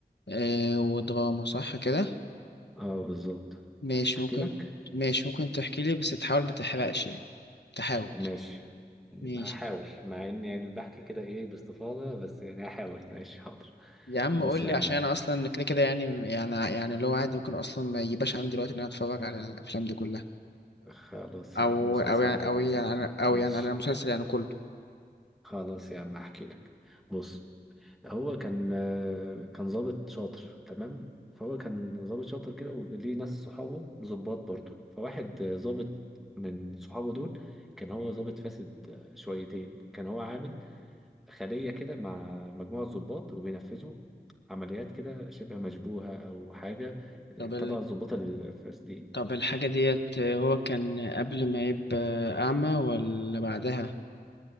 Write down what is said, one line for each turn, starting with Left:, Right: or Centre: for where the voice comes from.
Left: آه ودراما صح كده
Centre: أه بالظبط
Left: ماشي
Centre: أحكي
Left: ممكن
Centre: لك
Left: ماشي ممكن تحكي لي بس تحاول ما تحرقش يعني تحاول
Centre: ماشي
Left: ماشي
Centre: هحاول مع إني يعني بحكي كده إيه باستفاضة بس يعني هحاول ماشي حاضر
Left: يا عم
Centre: بص
Left: قول لي
Centre: يا عم
Left: عشان انا اصلا كده كده يعني يعني يعني اللي هو عادي ممكن اصلا ما يجيبش عندي الوقت ان انا اتفرج على الافلام دي كلها
Centre: خلاص
Left: او
Centre: يا عم مسلسلات
Left: او يعني او يعني
Centre: ده
Left: او
Centre: ماشي
Left: يعني على المسلسل يعني كله
Centre: خلاص يا عم هحكي لك بص هو كان آه، كان ضابط شاطر تمام فهو كان ضابط شاطر كده وليه ناس صحابه ضباط برضه فواحد آه، ضابط من صحابه دول كان هو ضابط فاسد آه، شويتين كان هو عامل خلية كده مع مجموعة ضباط وبينفذوا عمليات كده شبه مشبوهة أو حاجة
Left: طب ال...
Centre: تبع الضباط الفاسدين
Left: طب الحاجة ديت هو كان قبل ما يبقى أعمى ولا بعدها؟